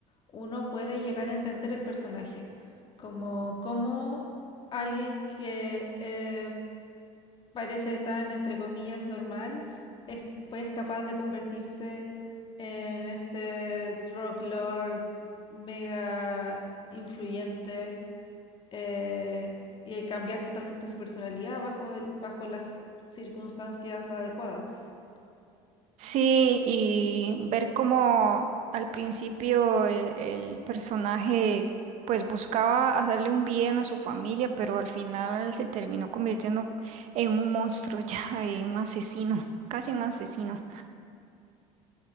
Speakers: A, on the left; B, on the right.
A: uno puede llegar a entender el personaje, como cómo alguien que eh, parece tan, entre comillas, normal, es pues capaz de convertirse en este drug lord mega influyente eh, y cambiar totalmente su personalidad bajo, el- bajo las circunstancias adecuadas.
B: Sí, y ver cómo al principio el, el personaje pues buscaba hacerle un bien a su familia, pero al final se terminó convirtiendo en un monstruo <laughs> ya, en un asesino, casi un asesino.